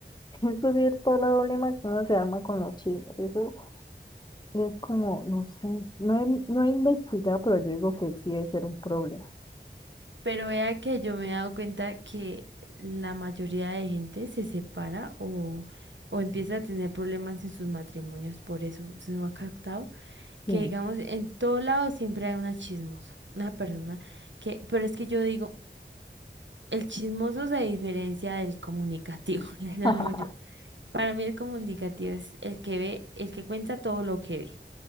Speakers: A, on the left; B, on the right.
A: <laughs> Eso sí es todo el problema que uno se arma con los chismes. Eso es como, no sé, no he, no he investigado, pero yo digo que sí debe ser un problema.
B: Pero vea que yo me he dado cuenta que la mayoría de gente se separa o, o empieza a tener problemas en sus matrimonios por eso. ¿Se nos ha captado?
A: Sí.
B: Que digamos, en todo lado siempre hay una chismosa, una persona que, pero es que yo digo, el chismoso se diferencia del comunicativo, <laughs> le llamo
A: <laughs>
B: yo. Para mí el comunicativo es el que ve, el que cuenta todo lo que ve.